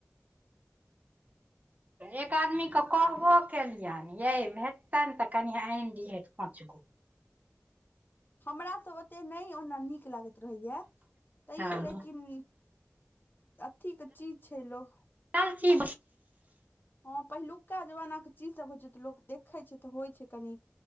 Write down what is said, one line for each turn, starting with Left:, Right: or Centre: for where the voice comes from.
Right: एक आदमीकेँ कहबो केलियनि ये भेटतनि तऽ कनि आनि दिहथि पाँच किलो
Left: हमरा तऽ ओतेक नहि ओना नीक लागैत रहैय तैयो
Right: हँ
Left: लेकिन अथी के चीज छै लो
Right: आइल छि
Left: हँ पहिलुका जमानाके चीजसभ होइ छै तऽ लोक देखै छै तऽ होइ छै कनी